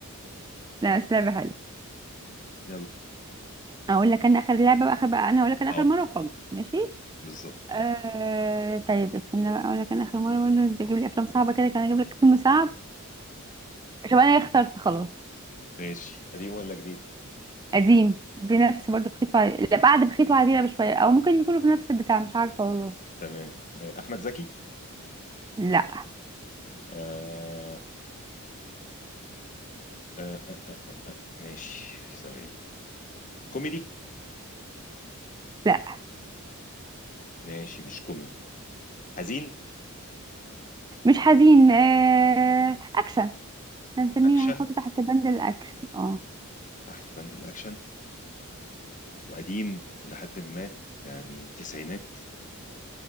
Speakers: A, on the right (about 20°); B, on the left (about 35°).
A: لا بس لعبه حلوه
B: يلا
A: اقول لك انا اخر لعبه بقى اخر بقى انا اقول لك انا
B: اه
A: اخر مره خالص ماشي
B: بالظبط
A: آه... طيب استنى بقى اقول لك انا اخر مره برضه انت تجيب لي افلام صعبه كده كان اجيب لك فيلم صعب طب انا اخترت خلاص
B: ماشي قديم ولا جديد
A: قديم بنفس برضه بخيط وعديلة لا بعد بخيط وعديلة بشويه او ممكن يكونوا في نفس البتاع مش عارفه والله
B: تمام آه، احمد زكي
A: لا
B: آه آه آه. ماشي ثواني كوميدي
A: لا
B: ماشي مش كوميدي حزين
A: مش حزين آه... اكشن هنسميه
B: اكشن
A: هنحطه تحت بند الاكشن اه
B: تحت بند الاكشن وقديم الى حد ما يعني تسعينات